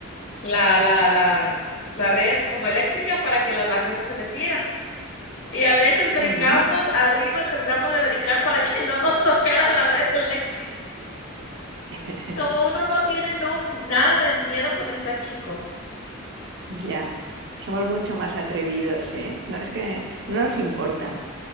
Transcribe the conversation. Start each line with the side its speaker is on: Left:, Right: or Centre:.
Left: la, la, la, la red como eléctrica para que las vacas no se metieran. Y a veces brincamos
Right: mm,
Left: arriba, tratamos de brincar para que <laughs> no nos tocara la red eléctrica
Right: <laughs>
Left: Como uno no tiene no, nada de miedo cuando está chico.
Right: ya. Somos mucho más atrevidos, ¿eh? No, es que no nos importa.